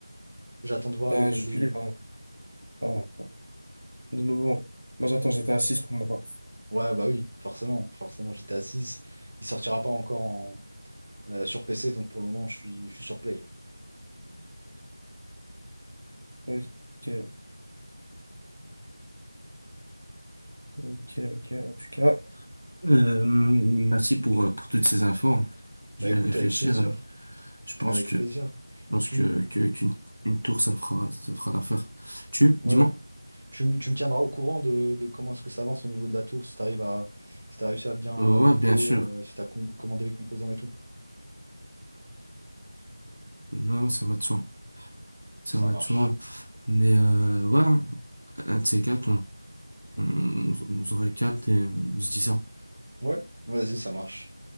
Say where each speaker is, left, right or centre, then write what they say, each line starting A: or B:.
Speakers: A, on the right; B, on the right.
A: j'attends de voir
B: t'as
A: les,
B: un jeu
A: les-
B: ah, ah, de nouveau. Moi, j'attends j'étais à six pour ma part.
A: Ouais, bah oui, forcément, forcément, j'étais à six Il sortira pas encore en, euh, sur PC, donc pour le moment, je suis, je suis sur play.
B: Ok. Ok, ok. En tout cas, Euh, merci pour, euh, pour toutes ces infos. Je
A: Bah écoute,
B: vais réfléchir.
A: avec plaisir.
B: euh, Je pense
A: Avec
B: que,
A: plaisir.
B: je pense
A: Tu.
B: que, que- qu'une une tour, ça fera, ça fera l'affaire. Tu,
A: Ouais.
B: dis-moi.
A: Tu me, tu me tiendras au courant de, de comment est-ce que ça avance au niveau de la tour, si tu arrives à, si t'as réussi à bien
B: Euh,
A: la monter,
B: ouais, bien sûr.
A: euh, si tu as commandé les composants et tout.
B: Non, ça va de soi. Ça
A: Ça
B: va
A: marche.
B: de soi. Mais euh, ouais, un de ces quatre, on, on, on se recapte et on se dit ça.
A: Ouais, vas-y, ça marche.